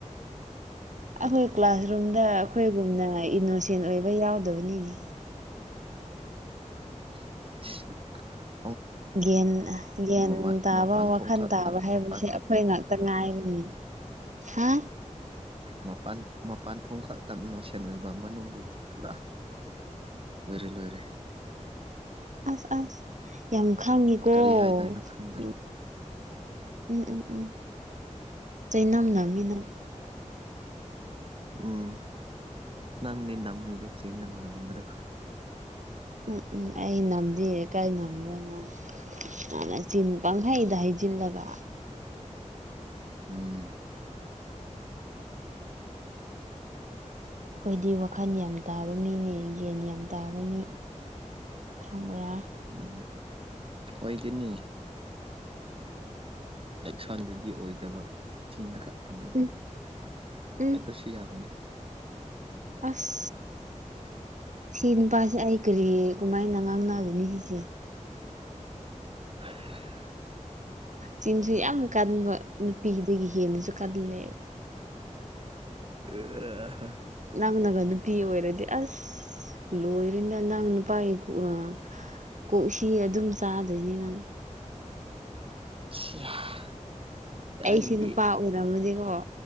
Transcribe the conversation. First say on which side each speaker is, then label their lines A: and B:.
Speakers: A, on the right; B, on the right.
A: ꯑꯈꯣꯏ ꯀ꯭ꯂꯥꯁꯔꯨꯝꯗ ꯑꯈꯣꯏꯒꯨꯝꯅ ꯏꯅꯣꯁꯦꯟ ꯑꯣꯏꯕ ꯩꯌꯥꯎꯗꯕꯅꯤꯅꯦ
B: <unintelligible>
A: ꯒ꯭ꯌꯥꯟ ꯒ꯭ꯌꯥꯟ
B: ꯃꯃꯥ
A: ꯇꯥꯕ
B: ꯃꯄꯥꯟ ꯊꯣꯡ
A: ꯋꯥꯈꯜ
B: ꯈꯛꯇꯪ
A: ꯇꯥꯕ ꯍꯥꯏꯕꯁꯦ
B: ꯃꯄꯥꯟ ꯈꯛ
A: ꯑꯈꯣꯏ ꯉꯥꯛꯇ ꯉꯥꯏꯔꯤꯅꯤ ꯍꯥ
B: ꯃꯄꯥꯟ ꯃꯄꯥꯟ ꯊꯣꯡ ꯈꯛꯇꯪ ꯏꯅꯣꯁꯦꯟ ꯑꯣꯏꯕ ꯃꯅꯨꯡꯗꯗꯤ ꯄꯨꯔꯥ ꯂꯣꯏꯔꯦ ꯂꯣꯏꯔꯦ
A: ꯑꯁ ꯑꯁ ꯌꯥꯝ ꯈꯪꯉꯤꯀꯣ
B: ꯀꯔꯤ ꯍꯥꯏꯗꯣꯏꯅꯣ ꯈꯪꯗ꯭ꯔꯦ
A: ꯎꯝ ꯎꯝ ꯎꯝ ꯎꯝ ꯆꯩꯅꯝ ꯅꯝꯃꯤꯅꯪ
B: ꯎꯝ ꯅꯪꯅꯦ ꯅꯝꯃꯤꯗꯤ ꯆꯩꯅꯝ ꯅꯝꯕꯗꯣ
A: ꯎꯝ ꯎꯝ ꯑꯩ ꯅꯝꯗꯦ ꯀꯥꯏ ꯅꯝꯃꯤꯅꯣꯅꯦ ꯅꯪ ꯅꯆꯤꯟ ꯄꯪꯍꯥꯏꯗ ꯍꯥꯏꯖꯤꯜꯂꯒ
B: ꯎꯝ
A: ꯑꯩꯈꯣꯏꯗꯤ ꯋꯥꯈꯜ ꯌꯥꯝ ꯇꯥꯕ ꯃꯤꯅꯦ ꯒ꯭ꯌꯥꯟ ꯌꯥꯝ ꯇꯥꯕ ꯃꯤ ꯈꯪꯕ꯭ꯔꯥ
B: ꯎꯝ ꯑꯣꯏꯒꯅꯤ ꯑꯦꯛꯁꯟꯗꯗꯤ ꯑꯣꯏꯗꯕ ꯆꯤꯟꯗ ꯈꯛ ꯑꯣꯏꯕ
A: ꯎꯝ ꯎꯝ
B: ꯑꯗꯨꯁꯨ ꯌꯥꯕꯅꯦ
A: ꯑꯁ ꯁꯤꯅꯨꯄꯥꯥꯁꯦ ꯑꯩ ꯀꯔꯤ ꯀꯃꯥꯏꯅ ꯉꯥꯡꯅꯅꯥꯒꯅꯤ ꯁꯤꯗꯤ
B: <unintelligible>
A: ꯆꯤꯟꯁꯨ ꯌꯥꯝ ꯀꯟꯕ ꯅꯨꯄꯤꯗꯒꯤ ꯍꯦꯟꯅꯁꯨ ꯀꯜꯂꯦꯕ
B: ꯑ
A: ꯅꯪꯅꯒ ꯅꯨꯄꯤ ꯑꯣꯏꯔꯗꯤ ꯑꯁ ꯂꯣꯔꯦꯅ ꯅꯪ ꯅꯨꯄꯥꯏ ꯑ ꯀꯣꯛꯁꯤ ꯑꯗꯨꯝ ꯆꯥꯗꯣꯏꯅꯤ ꯅꯪ
B: <unintelligible> ꯀꯥꯏꯗꯒꯤ
A: ꯑꯩꯁꯤ ꯅꯨꯄꯥ ꯑꯣꯏꯔꯝꯃꯗꯤꯀꯣ